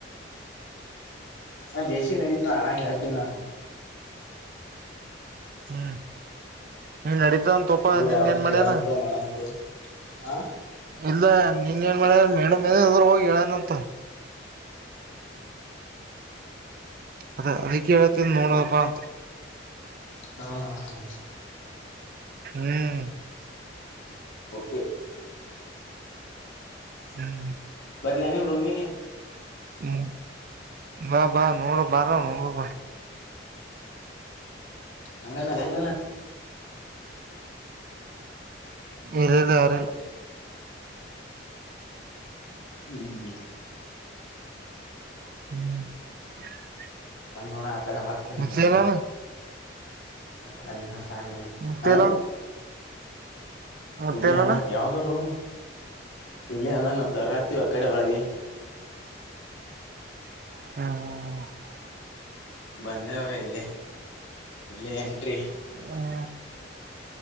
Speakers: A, on the left (about 75°); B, on the right (about 45°).
A: ನಾ ಜೇಶೀ ನಡೀತ ನ ಹಣಂಗ ಹೇಳ್ತೀನಿ ನು
B: ಹ್ಮ್ ನೀನ್ ನಡತ ಅಂತ ತೋಪ
A: ಹುಡುಗರು
B: ನಿನ್
A: ಯಾವ್ರ
B: ಏನ್
A: ಹೇಳಂತೋ
B: ಮಾಡ್ಯನ
A: ಮಾಡಂತೋ ಹಾ
B: ಇಲ್ಲ ನೀನ್ ಏನ್ ಮ ಮೇಡ ಅ್ರರು ಹೋಗಿ ಹೇಳನಂತ ಅದ ಅದಕ್ಕೆ ಳ್ತ್ತ ನೂ ರೂಪ ಅಂತ
A: ಹಾ ಹಾ ಹಾ
B: ಹ್ಮ್
A: ಓಕೆ
B: ಹ್ಮ್
A: ಬರಿ ಲನ ರೂಮಿ
B: ಹ್ಮ್ ಬಾ ಬಾ ನೋರ ಬಾರ ನ ಬ
A: ಅಂಗಲ್ಲ ಅಲ್ಲಲ್ಲಡು
B: ಎಲ್ಲಿಲ್ಲ ಯಾರಲ್ಲ
A: ಹ್ಮ್
B: ಹ್ಮ್
A: ನಮ ನೋಡ ಆ ಕಡೆ ಹ್ತ
B: ಮುತ್ತೇಲಾನ
A: ಮರ ನಡಿ
B: ಮುತ್ತೇಲ
A: ಹ
B: ಮುತ್ತೇಲನ
A: ಇಲ್ಲೇ ಅನಾ ಯಾವ್ದೋ ರೂಮ ಇಲ್ಲೇ ಅಲ್ಲಾನತ್ತ ರಾತ್ವಾ ಕಡೆ ಒಳಗೆ
B: ಹ್ಮ್ ಹ್ಮ್ ಹ್ಮ್
A: ಬಂದೆವಾಗ ಇಲ್ಲಿ ಇಲ್ಲಿ ಎಂಟ್ರಿ
B: ಹ್ಮ